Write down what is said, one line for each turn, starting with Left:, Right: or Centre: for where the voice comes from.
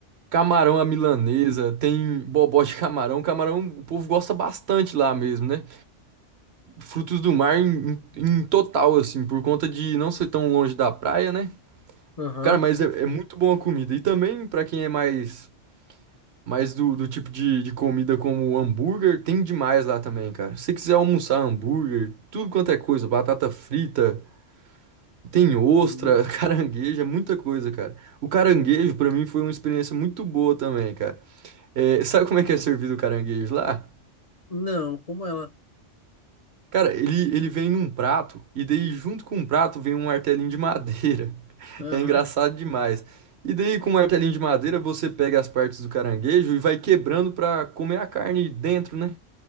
Right: camarão à milanesa, tem bobó de camarão. Camarão, o povo gosta bastante lá mesmo, né? Frutos do mar em, em em total, assim, por conta de não ser tão longe da praia, né?
Left: Aham.
Right: Cara, mas é, é muito boa a comida. E também, pra quem é mais, mais do, do tipo de, de comida como hambúrguer, tem demais lá também, cara. Se você quiser almoçar hambúrguer, tudo quanto é coisa, batata frita, tem ostra,
Left: Uhum.
Right: <laughs> caranguejo, é muita coisa, cara. O caranguejo, pra mim, foi uma experiência muito boa também, cara. É, sabe como é que é servido o caranguejo lá?
Left: Não, como ela?
Right: Cara, ele, ele vem num prato e daí junto com o prato vem um martelinho de madeira. <laughs>
Left: Aham.
Right: É engraçado demais. E daí com o martelinho de madeira você pega as partes do caranguejo e vai quebrando pra comer a carne dentro, né?